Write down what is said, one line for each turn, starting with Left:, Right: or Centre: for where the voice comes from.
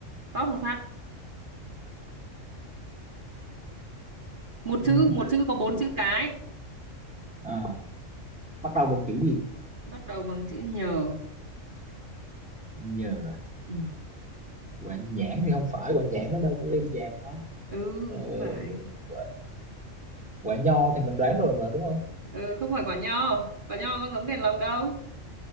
Right: tóp một phát một chữ
Centre: <laughs>
Right: một chữ có bốn
Centre: quả,
Right: chữ cái
Centre: à, bắt đầu bằng chữ gì
Right: bắt đầu bằng chữ nhờ
Centre: nhờ à.
Right: ừ,
Centre: quả nhãn thì không phải quả nhãn nó đâu có leo vàng đâu
Right: ừ
Centre: Ờ,
Right: không phải
Centre: quả, quả nho thì mình đoán rồi mà đúng không
Right: ừ, không phải quả nho quả nho có giống đèn lồng đâu